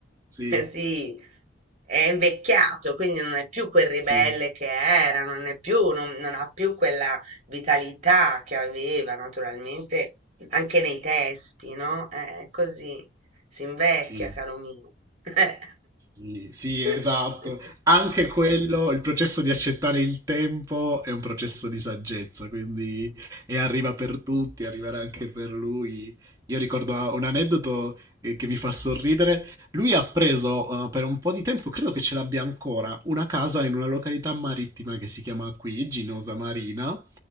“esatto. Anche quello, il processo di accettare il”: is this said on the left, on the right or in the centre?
Right